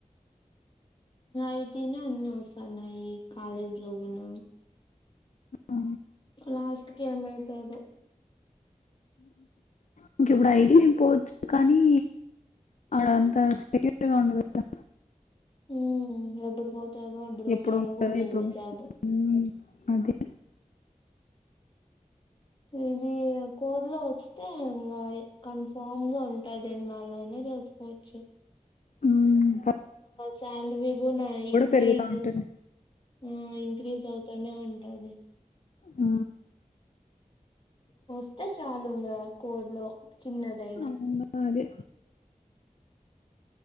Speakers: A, on the left; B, on the left.
A: ఐటీనే అన్ని వస్తన్నాయి కాలేజీ లో కూడా
B: ఆ,
A: లాస్ట్ కి ఏమైతుందో
B: ఇంక ఇప్పుడు ఐ టి మేం పోవచ్చు కానీ అడ అంత సెక్యూర్గా ఉండదు కదా
A: ఉ ఎప్పుడూ పో ఎప్పుడూ
B: ఎప్పుడు
A: ఉంటాదో
B: ఉంటుంది
A: తెల్వదు
B: ఎప్పుడు
A: జాబ్
B: మ్మ్. అదే
A: ఇది కోర్ లో వస్తే కన్ఫామ్ గా ఉంటది ఎన్నాళ్ళైనా చేసుకోవచ్చు
B: ఉ
A: శాలరీ కూడా ఇంక్రీజ్
B: పెరుగుతూ ఉంటుంది
A: ఆ ఇంక్రీజ్ అవుతానే ఉంటాది
B: ఆ
A: అ వస్తే చాలు ఇంగ కోర్లో చిన్నదైన
B: అవునా అదే